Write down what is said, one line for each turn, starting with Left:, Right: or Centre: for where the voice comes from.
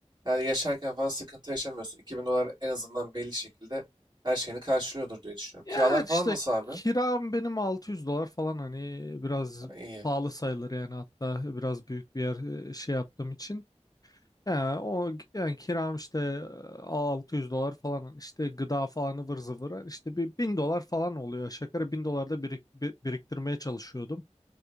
Right: Yani yaşarken falan sıkıntı yaşamıyorsun. 2000 dolar en azından belli şekilde her şeyini karşılıyordur diye düşünüyorum.
Left: Ya
Right: Kiralar
Left: evet
Right: falan
Left: işte
Right: nasıl abi?
Left: kiram benim 600 dolar falan hani biraz
Right: Ha, iyi.
Left: pahalı sayılır yani hatta biraz büyük bir yer e, şey yaptığım için. Ya o yani kiram işte e, 600 dolar falan hani işte gıda falan ıvır zıvır yani işte bir 1000 dolar falan oluyor. Şakara Bin dolar da birik- bi- biriktirmeye çalışıyordum.